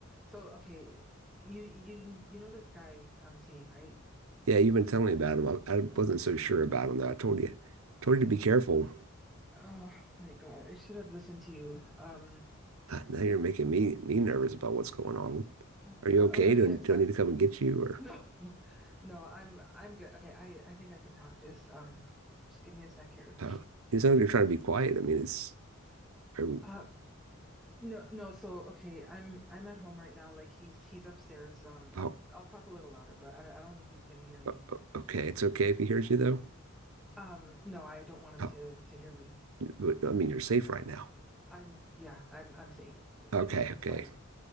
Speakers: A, in the centre; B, on the right (about 70°).
A: So, okay, you you you know this guy I'm seeing, right?
B: Yeah, you've been telling me about him. I, I wasn't so sure about him though. I told you, told you to be careful.
A: Oh my God, I should have listened to you. Um,
B: Ah, Now you're making me me nervous about what's going on.
A: uh,
B: Are you okay?
A: okay,
B: Do, I- do
A: sorry.
B: I need
A: <laughs>
B: to come and get you? Or
A: No. No, I'm I'm good. Okay, I I think I could talk. Just um just give me a sec here.
B: uh, you sound like you're trying to be quiet. I mean, it's are, you-
A: Uh, No, no, so okay, I'm I'm at home right now. Like he's he's upstairs. Um, I'll
B: oh,
A: I'll talk a little louder, but I, don't- I don't think he's gonna hear me.
B: o- okay. It's okay if he hears you though.
A: Um, no, I don't want him
B: Oh,
A: to to hear me.
B: but, I mean, you're safe right now.
A: I'm yeah, I'm I'm safe. It's
B: Okay,
A: it's
B: okay,
A: fine.